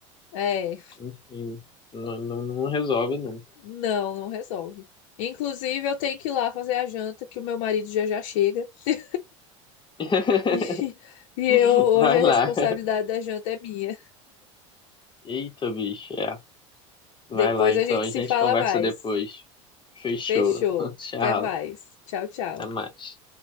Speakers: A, on the left; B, on the left.
A: É,
B: Enfim, não, não, não resolve nunca.
A: não, não resolve. Inclusive, eu tenho que ir lá fazer a janta, que o meu marido já já chega. <laughs>
B: <laughs>
A: E, e eu, hoje
B: Vai
A: a
B: lá.
A: responsabilidade da janta é minha.
B: Eita, bicho, é. Vai
A: Depois
B: lá, então.
A: a gente
B: A
A: se
B: gente
A: fala
B: conversa
A: mais.
B: depois. Fechou.
A: Fechou.
B: <laughs> Tchau.
A: Até mais. Tchau, tchau.
B: Até mais.